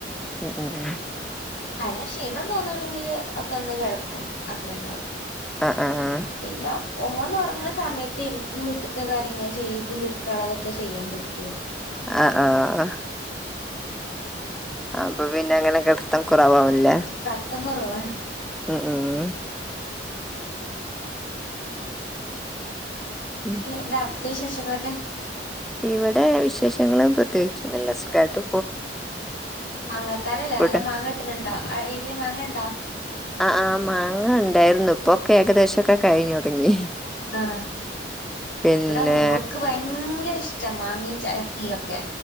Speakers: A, in the centre; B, on the left (about 85°).
A: ഉം ഉം ഉം
B: അങ്ങനെ ക്ഷീണം തോന്നയാണെങ്കില് ഒക്കെന്ന് കിടക്കും അത്രന്നെള്ളൂ
A: ആഹ് ആഹ് ആഹ്
B: പിന്നെ ഓൻ ഒറങ്ങന സമയത്ത് നിക്ക് വീട്ടിലത്തെ കാര്യങ്ങൾ ചെയ്ത് തീർക്കുള്ളതൊക്കെ ചെയ്യാൻ പറ്റുള്ളൂ
A: ആഹ ആഹ ആഹ അപ്പൊ പിന്നെ അങ്ങനെ കെടത്തം കുറവാവില്ലേ
B: കട്ത്തം കുറവാണ്
A: ഉം ഉം ഉം
B: ച്ച് എന്താ അവിടത്തെ ശേഷങ്ങളൊക്കെ
A: ഇവിടെ വിശേഷങ്ങളും പ്രത്യേകിച്ചൊന്നുമില്ല സുഖാട്ടു
B: ഉ മാങ്ങക്കാലല്ലേ
A: ഇവിടെ
B: നല്ല മാങ്ങ ഇട്ടട്ടണ്ടോ ആ എരില് മാങ്ങ ഇണ്ടോ
A: ആഹ ആഹ് മാങ്ങ ഇണ്ടായിരുന്നു ഇപ്പൊക്കെ ഏകദേശംക്കെ കഴിഞ്ഞു തുടങ്ങി
B: ആഹ
A: പിന്നെ
B: ഇവിടെ മോൾക്ക് ഭയങ്കര ഇഷ്ടം മാങ്ങയും ചരക്കിയ ഒക്കെ